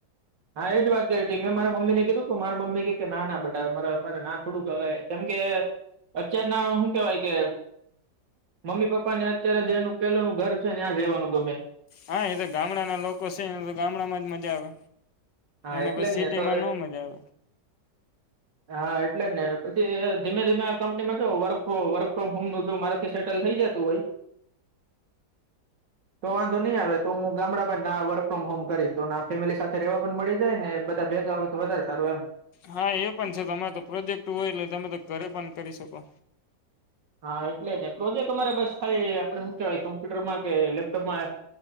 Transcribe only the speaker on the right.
હા એજ વાત કરી મેં મારા મમ્મી ને કીધું કે મારા મમ્મી કે કે ના બતા મારા અમારે ના થોડું કવાય કેમ કે અચ્ચાર ના શું કેવાય કે મમ્મી પપ્પા ને અત્યારે જે એનું પેલાનું ઘર છે ને આ જવાનું ગમે.
હા
એટલે
જ
ને તો
હા એટલે જ ને ધીમે ધીમે આ કંપનીમાં જ વર્ક વર્ક ફ્રોમ હોમ ન જો મારાથી સેટલ થઈ જતું હોઈ. <inaudible> તો વાંધો નહી આવે તો હું ગામડા બાદ ના વર્ક ફ્રોમ હોમ કરીશ તો ના ફેમિલી સાથે રવા મળી જાય ને બધા ભેગા હોય તો વધારે સારું એમ.
હા એટલે ને પ્રોજેક્ટ અરે બસ ખાલી આપડે શું કેવાય કોમ્પ્યુટરમાં કે લેપટોપમાં